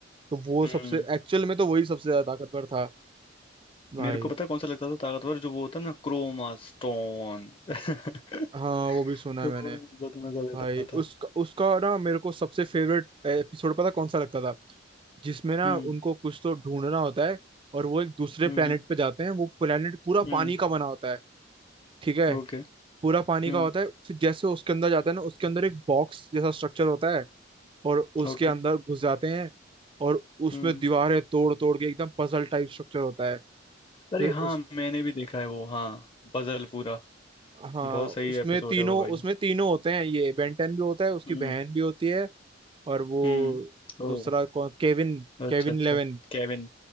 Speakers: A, on the right (about 30°); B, on the left (about 30°).
A: तो वो
B: हम्म
A: सबसे एक्चुअल में तो वही सबसे ज्यादा ताकतवर था भाई
B: मेरे को पता है कौन सा लगता था ताकतवर जो वो होता ना क्रोमा स्टोन <laughs>
A: हाँ वो भी सुना
B: तो
A: है मैंने
B: वो बहुत मजा देता
A: भाई
B: था
A: उसका उसका ना मेरे को सबसे फेवरेट एपिसोड पता कौन सा लगता था जिसमें ना
B: हम्म
A: उनको कुछ तो ढूंढना होता है और वो एक दूसरे
B: हम्म
A: planet
B: हम्म
A: पे जाते हैं वो planet पूरा
B: हम्म,
A: पानी का बना होता है ठीक है
B: ओके
A: पूरा पानी
B: हम्म
A: का होता है फिर जैसे उसके अंदर जाते हैं ना उसके अंदर एक बॉक्स जैसा स्ट्रक्चर होता है और उसके
B: ओके
A: अंदर घुस जाते हैं और उसमें
B: हम्म
A: दीवारें तोड़ तोड़ के एकदम पजल टाइप स्ट्रक्चर होता है
B: अरे
A: फिर
B: हाँ
A: उस
B: मैंने भी देखा है वो हाँ पजल पूरा
A: हाँ
B: बहुत सही
A: उसमें
B: एपिसोड
A: तीनों
B: है वो भाई
A: उसमें तीनों होते हैं ये बेंटन भी होता है उसकी
B: हम्म
A: बहन भी होती है और वो
B: हम्म ओ
A: दूसरा कौन केविन
B: अच्छा
A: केविन
B: अच्छा
A: लेवन
B: केविन